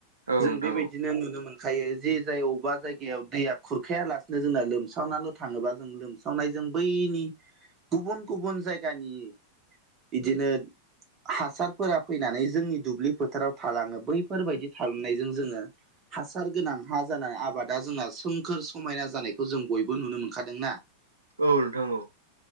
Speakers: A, on the right (about 80°); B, on the right (about 30°).
A: औ
B: जों
A: नोंथां
B: बेबाय
A: औ
B: दिनो नुनो मोनखायो जे जाय अबेबा जायगायाव दैया खुरखाया लासिनो जोंना लोमसावना ल' थाङोबा जों लोमसावनायजों बैनि गुबुन गुबुन जायगानि बिदिनो हासारफोरा फैनानै जोंनि दुब्लि फोथाराव थालाङो बैफोरबायायदि थालांनायजों जोंङो हासार गोनां हा जाना आबादा जोंना सोमखोर समायना जानायखौ जों बयबो नुनो मोनखादों ना।
A: औ नोंथां औ